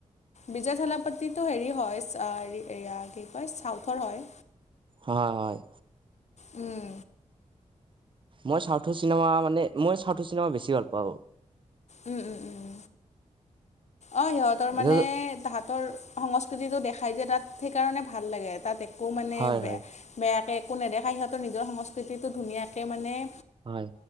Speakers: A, on the left; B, on the right.
A: বিজয় থলাপাতিটো হেৰি হয়, ‌অ‌‌ এয়া কি কয় চাউথৰ হয়?
B: হয়, হয়।
A: উম।
B: মই চাউথৰ চিনেমা মানে মই চাউথ চিনেমা বেছি ভাল পাওঁ।
A: উম, উম, উম। অ', সিহঁতৰ মানে
B: এতিয়া
A: তাহাঁতৰ সংস্কৃতিটো দেখাই যে তাত, সেইকাৰণে ভাল লাগে। তাত একো মানে
B: হয়
A: বেয়া
B: হয়
A: বেয়াকৈ একো নেদেখায়। সিহঁতৰ নিজৰ সংস্কৃতিটো ধুনীয়াকৈ মানে
B: হয়।